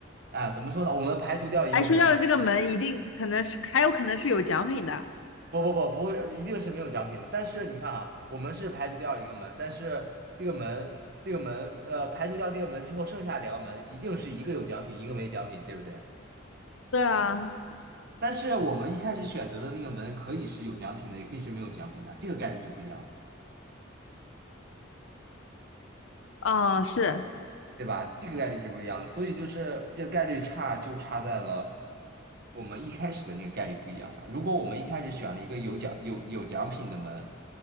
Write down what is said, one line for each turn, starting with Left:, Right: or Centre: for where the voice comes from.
Right: 啊怎么说呢？我们排除掉一个门，
Left: 排除掉的这个门一定可能是还有可能是有奖品的。
Right: 不不不不会，一定是没有奖品的。但是你看啊，我们是排除掉一个门，但是这个门这个门呃排除掉这个门之后，剩下两个门一定是一个有奖品，一个没奖品，对不对？
Left: 对啊，
Right: 但是我们一开始选择的那个门可以是有奖品的，也可以是没有奖品的，这个概率是不一样的。
Left: 哦是，
Right: 对吧？这个概率是不一样的，所以就是这个概率差就差在了我们一开始的那个概率不一样上。如果我们一开始选了一个有奖有有奖品的门，